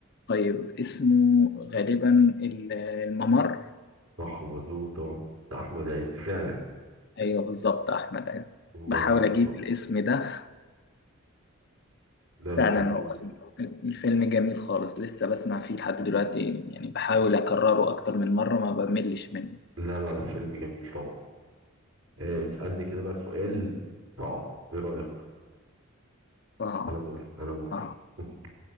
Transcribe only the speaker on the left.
طيب اسمه غالبا ال- الممر
ايوه بالظبط احمد عز
بحاول اجيب الاسم ده
فعلا
هو الفيلم جميل خالص لسه بسمع فيه لحد دلوقتي يعني بحاول أكرره أكتر من مرة ما بملش منه
صعب
صعب